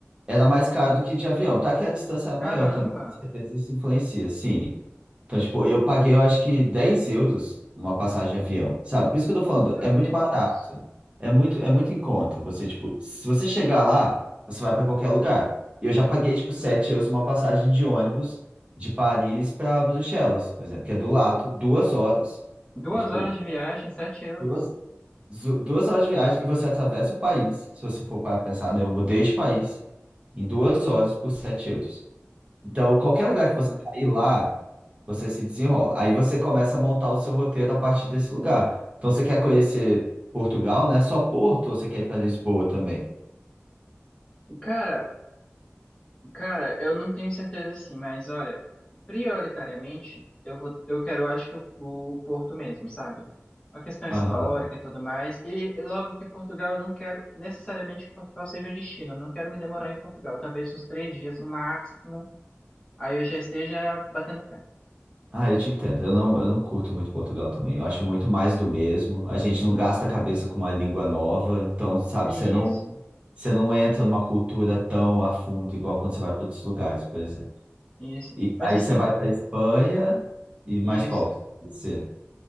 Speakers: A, on the right; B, on the left.
A: era mais caro do que de avião. Tá que a distância era maior
B: caramba.
A: também, com certeza isso influencia, sim. Então, tipo, eu paguei, eu acho que 10 euros numa passagem de avião, sabe? Por isso que eu tô falando,
B: Meu
A: é muito
B: Deus.
A: barato. É muito, é muito em conta. Você, tipo, se você chegar lá, você vai para qualquer lugar. E eu já paguei, tipo, 7 euros numa passagem de ônibus de Paris para Bruxelas, por exemplo, que é do lado, duas horas.
B: Duas
A: É tipo.
B: horas de viagem, sete euros.
A: duas Zu- Duas horas de viagem e você atravessa o país. Se você for para pensar, né? Eu mudei de país em duas horas por 7 euros. Então, qualquer
B: Caramba.
A: lugar que você cair lá, você se desenrola. Aí você começa a montar o seu roteiro a partir desse lugar. Então, você quer conhecer Portugal, né? Só Porto ou você quer ir para Lisboa também?
B: Cara, Cara, eu não tenho certeza assim, mas olha, prioritariamente eu vou, eu quero, acho que o, o Porto mesmo, sabe? Uma questão histórica
A: Aham.
B: e tudo mais. E logo que Portugal, eu não quero necessariamente que Portugal seja um destino. Eu não quero me demorar em Portugal, talvez uns três dias no máximo. Aí eu já esteja batendo pé.
A: Ah, eu te entendo. Eu não, eu não curto muito Portugal também. Eu acho muito mais do mesmo. A gente não gasta a cabeça com uma língua nova. Então, sabe,
B: Isso,
A: você não. Você não entra numa cultura tão a fundo, igual quando você vai para outros lugares, por exemplo.
B: isso.
A: E
B: Mas
A: aí
B: assim,
A: você vai para Espanha e mais
B: isso.
A: qual? que Pode ser.